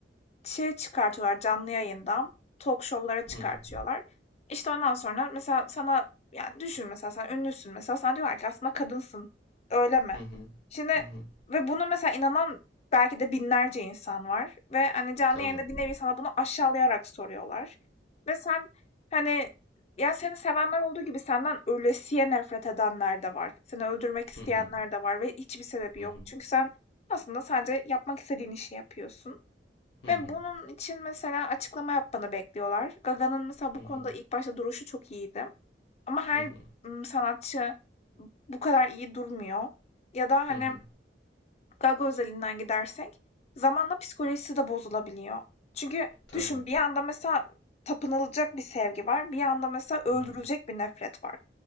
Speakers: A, on the left (about 35°); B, on the left (about 85°).
A: şey çıkartıyorlar canlı yayından. Talk show'lara çıkartıyorlar.
B: hı hı hı
A: İşte ondan sonra mesela sana yani düşün mesela sen ünlüsün mesela sana diyorlar ki aslında kadınsın. Öyle mi?
B: hı
A: Şimdi
B: hı hı.
A: ve bunu mesela inanan belki de binlerce insan var ve hani canlı
B: Tabii.
A: yayında bir nevi sana bunu aşağılayarak soruyorlar. Ve sen hani ya seni sevenler olduğu gibi senden ölesiye nefret edenler de var. Seni öldürmek isteyenler
B: Hı hı.
A: de var ve hiçbir sebebi
B: Hı
A: yok.
B: hı.
A: Çünkü sen aslında sadece yapmak istediğin işi yapıyorsun.
B: Hı
A: Ve
B: hı.
A: bunun için mesela açıklama yapmanı bekliyorlar. Gaga'nın mesela
B: Hı
A: bu
B: hı.
A: konuda ilk başta duruşu çok iyiydi. Ama her
B: Hı hı.
A: ım, sanatçı bu kadar iyi durmuyor. Ya da hani
B: Hı hı.
A: Gaga özelinden gidersek zamanla psikolojisi de bozulabiliyor. Çünkü
B: Tabii.
A: düşün bir yanda mesela tapınılacak bir sevgi var. Bir yanda mesela öldürülecek
B: Hı hı.
A: bir nefret var.